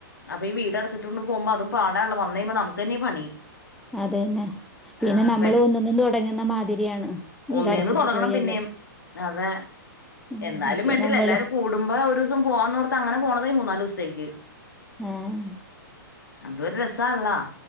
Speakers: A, on the left; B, in the centre.
A: അപ്പൊഈ വീടടച്ചിട്ടൊണ്ട് പോകുമ്പോ അതും പാടണല്ലോ വന്ന് കഴിയുമ്പോ നമുക്ക്‌ തന്നെയ പണി.
B: അതന്നെ. പിന്നെ
A: ആ
B: നമ്മള്
A: വെൽ
B: ഒന്നന്നും തുടങ്ങുന്ന മാതിരിയാണ് വീട്
A: ഒന്നേന്ന്
B: അടച്ചിട്ട്
A: തൊടങ്ങണം
B: പോയാല്.
A: പിന്നേം അതെ.
B: ഉം
A: എന്നാലും
B: മറ്റേ
A: വേണ്ടില്ല
B: നമ്മള്
A: എല്ലാരും കൂടുമ്പോ ഒരു ദിവസം പോവാന്നോർത്ത് അങ്ങനെ പോണതാ ഈ മൂന്നാല് ദിവസത്തേക്ക്.
B: ആഹ്
A: അതൊരു രസള്ള.